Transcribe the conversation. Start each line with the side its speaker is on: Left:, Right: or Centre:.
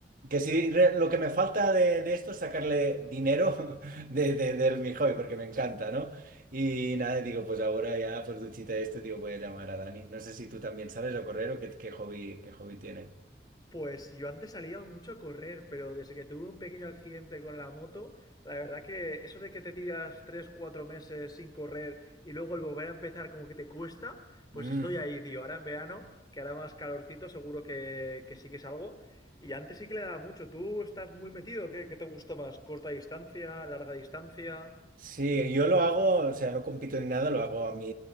Right: Que sí, re- lo que me falta de, de esto es sacarle dinero <laughs> de, de, del mi hobby, porque me encanta, ¿no? Y nada, digo, pues ahora ya, pues duchita de esto, digo, voy a llamar a Dani. No sé si tú también sales a correr o qué, qué hobby, qué hobby tienes.
Left: Pues yo antes salía mucho a correr, pero desde que tuve un pequeño accidente con la moto, la verdad que eso de que te tiras tres, cuatro meses sin correr y luego el volver a empezar como que te cuesta, pues
Right: Mm.
Left: estoy ahí, tío. Ahora en verano, que hará más calorcito, seguro que, que sí que salgo. Y antes sí que le daba mucho. ¿Tú estás muy metido? ¿Qué, qué te gusta más? ¿Corta distancia? ¿Larga distancia?
Right: Sí, yo lo hago, o sea, no compito ni nada, lo hago a mi